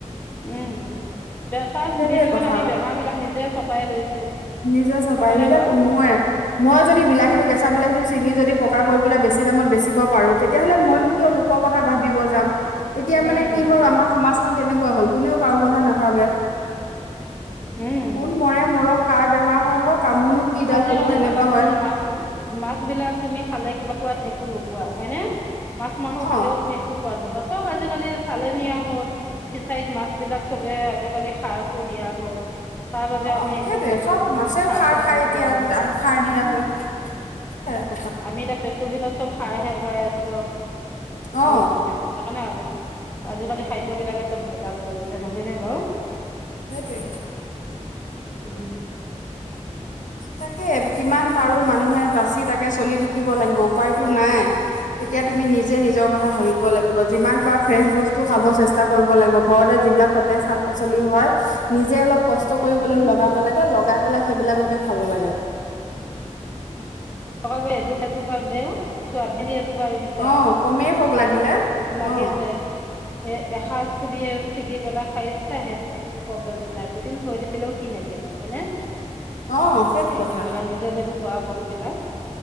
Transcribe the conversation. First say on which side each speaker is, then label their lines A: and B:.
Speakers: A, on the left; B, on the left.
A: উম তাৰ
B: সেইটোয়ে
A: বিনিময়ত
B: কথা
A: আমি
B: আৰু
A: বেমাৰবিলাক নিজে ছপাই লৈছো।
B: নিজে ছপাই
A: নহয়নে
B: যেতিয়া
A: বাৰু
B: মইয়ে মই যদি
A: উম
B: বিলাহীটো কেঁচা বিলাহীটো ছিঙি যদি পকা কৰি পেলাই বেছি দামত বেচিব পাৰো তেতিয়াহ'লে মইনো কিয় লোকৰ কথা ভাবিব যাম এতিয়া
A: উম
B: মানে কি হ'ল আমাৰ সমাজখন তেনেকুৱা হ'ল কোনেও কাৰো কথা নাভাবে।
A: উম
B: কোন মৰে মৰক, কাৰ বেমাৰ হয় হওঁক আৰু মোৰনো কিডাল
A: আজিকালি
B: হ'ব সেনেকুৱা
A: চাবাচোন
B: হয়।
A: মাছ মাছ বিলাকো তুমি খালে কিবা সোৱাত একো নোপোৱা হয় ন'। মাছ, মাংস
B: অ
A: খালেও তুমি একো সোৱাদ নোপোৱা চব আজিকালি চালেনিয়া হ'ল ফিচাৰীত মাছবিলাক চবে আজিকালি সাৰ সুৰ দিয়া হ'ল। তাৰ বাবে
B: অ'
A: আমি
B: সেইটোয়ে
A: একো উম
B: চব মাছেও সাৰ
A: সোৱাদ
B: খায়।
A: নোপোৱা
B: এতিয়া
A: হৈছো
B: আগত সাৰ দিয়া
A: উম
B: হ'ল। <unintelligible>
A: আমি এতিয়া পেটটো ভিতৰত চব সাৰ হে ভৰাই আছো আৰু
B: অ
A: আৰু একো নাই সেইকাৰণে আৰু আজিকালি খাদ্য বিলাকে চব ভেজাল হয় গৈছে নহয় নে বাৰু!
B: সেইটোৱে কথা।
A: উম।
B: তাকে কিমান পাৰো মানুহে বাছি তাকে চলি থাকি শিকিব লাগিব উপায়টো নাই। এতিয়া তুমি নিজে নিজৰ কথা ভাবিব লাগিব যিমান পাৰা ফ্ৰেচ বস্তু খাব চেষ্টা কৰিব লাগিব ঘৰতে যিবিলাক সতেজ শাক-পাচলি হয় নিজে অলপ কষ্ট কৰি হলেও
A: উম
B: লগাব লাগে লগাই পেলাই সেইবিলাককে খাব লাগে।
A: তই গৈ এযোৰ এযোৰ পালেও <unintelligible> ৰুইছা
B: অ কমেই হওক
A: তাত
B: লাগিলে
A: লাগিছে
B: অ
A: এ এসাঁজ তুলিয়ে ছিগি পেলাই খাই চা সেইটোত একো প্ৰব্লেম নাই। দুদিন থৈ দিলেও সি নেগেলে। হয়নে,
B: অ সেইটো
A: হেৰি
B: কথা
A: কৰি পেলাই নিজে যদি খোৱা বস্তুবিলাক